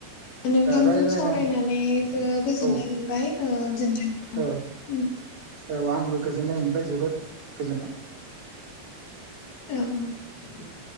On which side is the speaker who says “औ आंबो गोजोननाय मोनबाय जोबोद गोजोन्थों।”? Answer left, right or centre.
Right